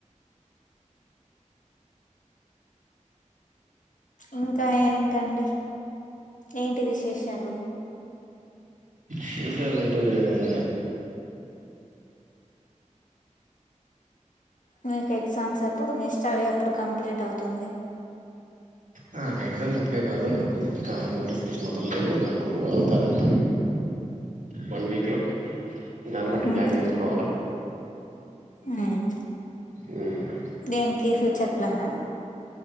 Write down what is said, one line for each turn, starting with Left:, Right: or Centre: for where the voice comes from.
Left: ఇంకా ఏంటండి ఏంటి విశేషాలు
Right: ఫ్యూచర్లంటూ ఏమున్నాయా
Left: మీకు ఎగ్జామ్స్ ఎప్పుడు మీ స్టడీ ఎప్పుడు కంప్లీట్ అవుతుంది
Right: నాకు ఎగ్జామ్ ఇప్పుడే కాదు నాకు ఇంకా నోటిఫికేషన్ వదల్లేదు నాకు వెళ్తారంట వన్ వీక్లో దాన్ని బట్టి
Left: మ్హూ.
Right: ప్లాన్ జేసుకోవాలా
Left: మ్మ్.
Right: ఉమ్
Left: దేనికి ఫ్యూచర్ ప్లానా